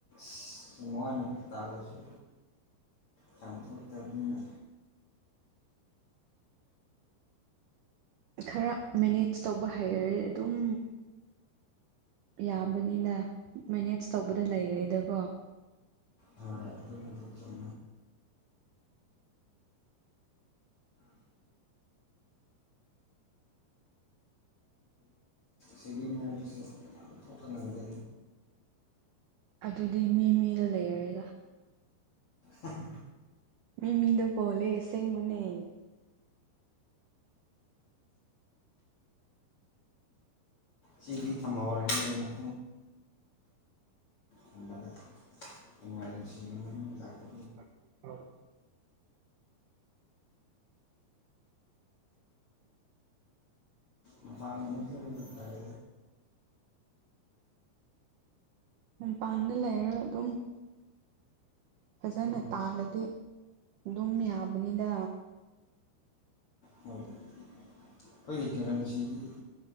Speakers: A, on the left; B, on the right.
A: ꯁꯨꯝ ꯋꯥꯅ ꯇꯥꯜꯂꯁꯨ ꯄꯥꯡꯊꯣꯛ ꯇꯥꯕꯤꯟꯅ
B: ꯈꯔ ꯃꯦꯅꯦꯖ ꯇꯧꯕ ꯍꯩꯔꯦ ꯑꯗꯨꯝ ꯌꯥꯝꯕꯅꯤꯅ ꯃꯦꯅꯦꯖ ꯇꯧꯕꯗ ꯂꯩꯔꯦꯗꯀꯣ
A: ꯍꯣꯏ ꯑꯗꯨꯕꯨꯗꯤ ꯆꯨꯝꯕ ꯁꯦꯕꯤꯡ ꯍꯥꯏꯕꯁꯦ ꯌꯥꯝ ꯊꯣꯛꯄ ꯉꯝꯗꯦ
B: ꯑꯗꯨꯗꯤ ꯃꯤ ꯃꯤꯗ ꯂꯩꯔꯦꯗ
A: ꯑ <unintelligible>
B: ꯃꯤ ꯃꯤꯗ ꯄꯣꯂꯦꯁꯦꯡꯕꯅꯦ
A: ꯁꯤ ꯗꯤ ꯊꯝꯍꯧꯔꯒꯦꯅ <unintelligible> <unintelligible> ꯊꯝꯃꯒꯦ ꯏꯃꯥꯔꯖꯦꯟꯁꯤ ꯑꯃ ꯑꯅꯤ ꯂꯛꯄ
B: <unintelligible>
A: ꯃꯄꯥꯟꯗ ꯑꯃꯨꯛ ꯆꯠꯄꯅ ꯐꯔꯦ
B: ꯃꯄꯥꯟꯗ ꯂꯩꯔ ꯑꯗꯨꯝ ꯐꯖꯅ ꯇꯥꯜꯂꯗꯤ ꯑꯗꯨꯝ ꯌꯥꯕꯅꯤꯅ
A: ꯍꯣꯏ ꯑꯩꯈꯣꯏꯒꯤ ꯀꯔꯦꯟꯁꯤꯗꯤ